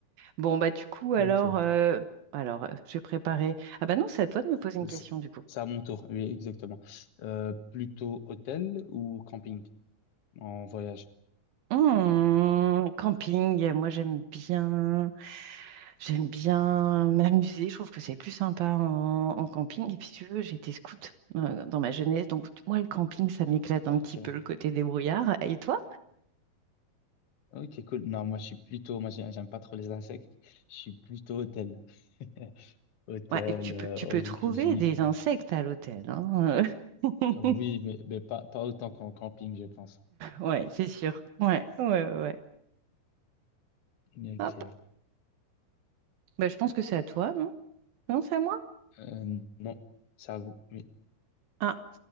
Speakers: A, on the right; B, on the left.
A: Bon, bah du coup, alors,
B: Ok.
A: euh, alors, euh, je vais préparer. Ah bah non, c'est à toi de me poser une question
B: C'est
A: du coup.
B: c'est à mon tour. Oui, exactement. Euh, plutôt hôtel ou camping en voyage?
A: Hmm, camping, moi j'aime bien, j'aime bien m'amuser. Je trouve que c'est plus sympa en, en camping. Et puis si tu veux, j'ai été scout euh, dans ma jeunesse, donc moi le camping, ça m'éclate un
B: Ok.
A: petit peu le côté débrouillard. Et toi?
B: Ok, cool. Non, moi, je suis plutôt. Moi, j'ai- j'aime pas trop les insectes. Je suis plutôt hôtel. <laughs> Hôtel,
A: Ouais, et tu
B: euh,
A: peux, tu
B: all
A: peux trouver
B: inclusif.
A: des
B: euh.
A: insectes à l'hôtel, hein. <laughs>
B: Oui, mais, mais pas, pas autant qu'en camping, je pense.
A: Ouais, c'est sûr. Ouais, ouais, ouais. ouais.
B: Ok.
A: Hop. Bah, je pense que c'est à toi, non? Non, c'est à moi?
B: Euh, non, ça vous. Oui.
A: Ah,